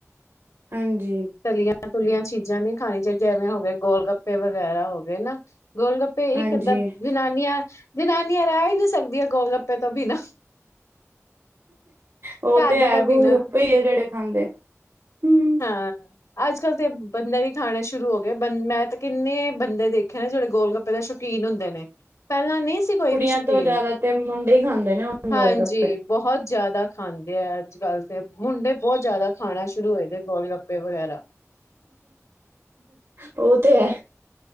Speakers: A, on the right (about 70°); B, on the left (about 80°).
A: ਹਾਂਜੀ।
B: ਤਲੀਆਂ ਤੁਲੀਆਂ ਚੀਜ਼ਾਂ ਨੀ ਖਾਣੀ ਚਾਹੀਦੀਆਂ ਜੈਵੇਂ ਹੋ ਗਏ ਗੋਲ ਗੱਪੇ ਵਗੈਰਾ ਹੋ ਗਏ ਨਾ ਗੋਲ ਗੱਪੇ। ਤੇ
A: ਹਾਂਜੀ
B: ਇਕ ਅੱਧਾ ਜਨਾਨੀਆਂ-ਜਨਾਨੀਆਂ। ਰਹਿ ਹੀ ਨਹੀਂ ਸਕਦੀਆਂ ਗੋਲ ਗੱਪੇ ਤੋਂ ਬਿਨਾਂ।
A: ਉਹ
B: ਘਰ
A: ਤੇ
B: ਦੇ
A: ਹੈ
B: ਤਾਂ ਬਿਨਾਂ
A: ਗੋਲ ਗੱਪੇ ਹੀ ਆ ਜਿਹੜੇ ਖਾਂਦੇ ਨੇ
B: ਹਾਂ ਅੱਜ ਕੱਲ੍ਹ ਤੇ ਬੰਦੇ ਵੀ ਖਾਣੇ ਸ਼ੁਰੂ ਹੋ ਗਏ ਬੰ ਮੈਂ ਤਾਂ ਕਿੰਨੇ ਬੰਦੇ ਦੇਖ। ਦੇਖੇ ਨੇ ਜਿਹੜੇ ਗੋਲ ਗੱਪੇ ਦੇ ਸ਼ੌਕੀਨ ਹੁੰਦੇ ਨੇ। ਪਹਿਲਾਂ ਨਹੀਂ ਸੀ ਕੋਈ
A: ਕੁੜੀਆਂ
B: ਵੀ ਸ਼ੌਕੀਨ
A: ਤੋਂ ਜ਼ਿਆਦਾ ਤੇ ਮੁੰਡੇ ਹੀ ਖਾਂਦੇ ਨੇ ਹੁਣ
B: ਹਾਂਜੀ।
A: ਗੋਲ ਗੱਪੇ
B: ਬਹੁਤ ਜਿਆਦਾ ਖਾਂਦੇ ਆ ਅੱਜ ਕੱਲ ਤੇ ਮੁੰਡੇ ਬਹੁਤ ਜਿਆਦਾ ਖਾਣਾ ਸ਼ੁਰੂ ਹੋਏ ਦੇ ਗੋਲ ਗੱਪੇ। ਗੋਲ ਗੱਪੇ ਵਗੈਰਾ।
A: ਉਹ ਤੇ ਹੈ।